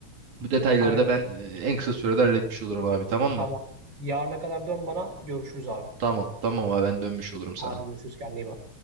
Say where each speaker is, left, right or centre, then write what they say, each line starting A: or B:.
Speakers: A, on the right; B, on the right.
A: Bu detayları
B: Aynen.
A: da ben e, en kısa sürede halletmiş olurum abi tamam mı?
B: Tamam. Yarına kadar dön bana. Görüşürüz abi.
A: Tamam. Tamam abi ben dönmüş olurum sana.
B: Hadi görüşürüz. Kendine iyi bak.